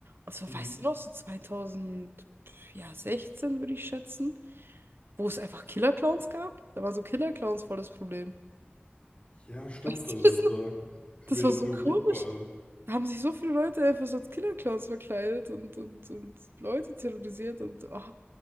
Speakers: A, on the right; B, on the left.
A: Und zwar,
B: Mhm.
A: weißt du noch, so 2016 würde ich schätzen, wo es einfach Killer-Clowns gab. Da waren so Killer-Clowns voll das Problem.
B: Ja,
A: <laughs>
B: stimmt.
A: Weißt
B: Also,
A: du
B: das
A: das
B: ist
A: noch?
B: da einfach wäre
A: Das war so
B: Halloween
A: komisch.
B: vor allem.
A: Da haben sich so viele Leute einfach so als Killer-Clowns verkleidet und, und, und Leute terrorisiert und oh,